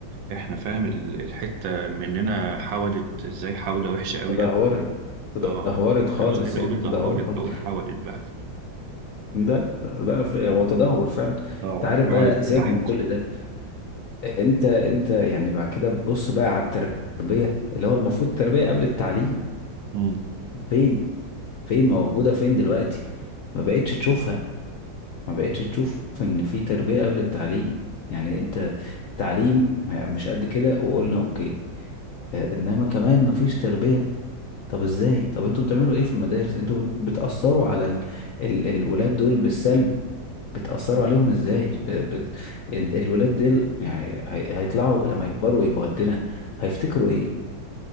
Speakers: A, on the right; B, on the left.
A: احنا فاهم ال- الحتة مننا حودت ازاي حودة وحشة قوي
B: تدهورت
A: قوي قوي.
B: تدهورت
A: اه
B: خالص
A: انا مش عايز اقول
B: يعني
A: اتدهورت
B: تدهورت خالص
A: بقول حودت بقى
B: لا لا لا، هو تدهور فعلا
A: اه
B: انت عارف
A: حودت
B: بقى سيبك
A: تحت
B: من كل ده انت انت يعني بعد كده بص بقى على التربيه اللي هو المفروض التربيه قبل التعليم
A: امم
B: فين فين موجوده فين دلوقتي ما بقتش تشوفها ما بقتش تشوف ان في تربيه قبل التعليم يعني انت التعليم ما- مش قد كده وقلنا اوكي اه، انما كمان ما فيش تربيه طب ازاي طب انتوا بتعملوا ايه في المدارس انتوا بت- بتاثروا على ال... ال... الولاد دول بالسلب بتأثروا عليهم ازاي ب... ب... ال- الولاد دول يعني هي... هيطلعوا لما يكبروا يبقوا قدنا هيفتكروا ايه